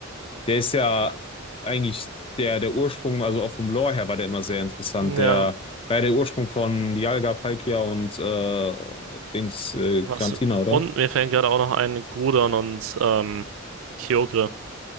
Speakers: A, on the left; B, on the right.
A: Der ist ja eigentlich der, der Ursprung, also auch vom Lore her war der immer sehr interessant.
B: Ja,
A: Der war ja der Ursprung von Dialga, Palkia und äh, Dings äh,
B: Was?
A: Giratina, oder?
B: Und mir fällt gerade auch noch ein, Gudon und ähm, Kyogre.